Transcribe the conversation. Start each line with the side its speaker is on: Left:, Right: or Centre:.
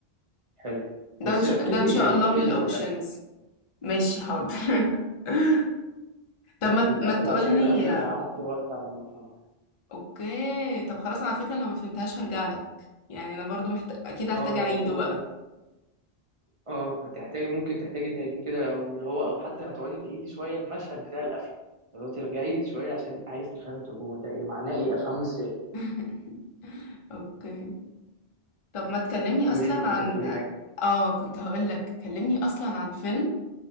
Right: حلو
Left: ده
Right: بس
Left: إن شاء-
Right: ركزي
Left: ده ان شاء
Right: يعني
Left: الله
Right: ركزي
Left: من الاوبشنز
Right: في القفلة
Left: ماشي حاضر <laughs> طب ما ت-
Right: القفلة
Left: ما تقولي
Right: عشان القفلة أنا قعدت وقت على ما أفهمها
Left: اوكي طب خلاص على فكرة لو ما فهمتهاش هرجع لك يعني انا برضو محت... اكيد هحتاج
Right: اه
Left: اعيده
Right: لو كده
Left: بقى
Right: اه هتحتاجي ممكن تحتاجي تعيدي كده لو اللي هو أو حتى هتقعدي تعيدي شوية المشهد بتاع القفلة لو ترجعي شوية عشان عايز تفهمي طب هو ده إيه معناه إيه أفهمه إزاي
Left: <laughs> اوكي طب ما تكلمني
Right: قولي
Left: اصلا
Right: لي كنت
Left: عن
Right: هتقولي حاجة
Left: اه كنت هقول لك كلمني اصلا عن فيلم